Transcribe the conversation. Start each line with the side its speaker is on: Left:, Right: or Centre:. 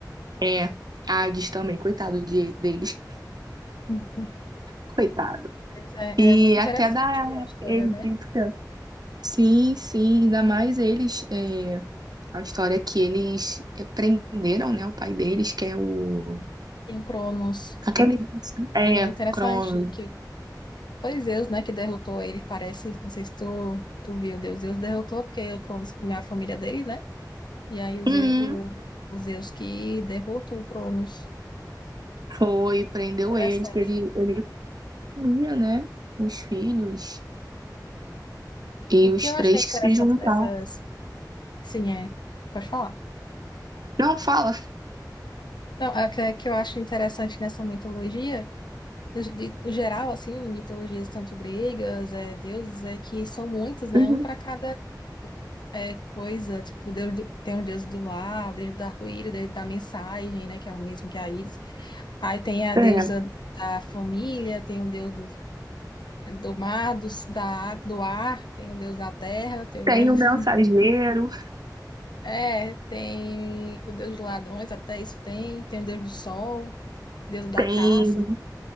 Right: É, Hades também, coitado de, deles.
Left: <laughs>
Right: <laughs> Coitado.
Left: Pois é,
Right: E
Left: é muito
Right: até
Left: interessante
Right: da
Left: a história,
Right: egípcia.
Left: né?
Right: Sim, sim, ainda mais eles. é, A história é que eles é, prenderam, né, o pai deles, que é o...
Left: Em Cronos,
Right: Aquele... É,
Left: é muito interessante
Right: Crono.
Left: que foi Zeus, né, que derrotou ele, parece, não sei se tu, tu viu, Deus, Deus derrotou porque o Cronos comeu a família dele, né? E aí os,
Right: Uhum.
Left: e- o- os Zeus que derrotam o Cronos.
Right: Foi, prendeu
Left: Interessante.
Right: eles, que ele, ele comia, né, os filhos e
Left: O
Right: os
Left: que eu
Right: três
Left: achei interessante
Right: que se juntaram.
Left: dessas. Sim, é. Pode falar.
Right: Não, fala.
Left: Não, é que, é que eu acho interessante nessa mitologia, de, de- no geral, assim, mitologias tanto gregas, é, deuses, é que são muitos, né?
Right: Uhum.
Left: Um para cada é, coisa. Tipo, Deus do- tem o deus do lar, deus do arco-íris, deus da mensagem, né? Que é o mesmo que a Íris. Aí tem a deusa
Right: É,
Left: da família, tem o deus do do mar, do, da, do ar, tem o deus da terra, tem
Right: tem
Left: o deus. <laughs>
Right: o mensageiro,
Left: É, tem o deus dos ladrões, até isso tem, tem o deus do sol, deus da
Right: tem...
Left: caça,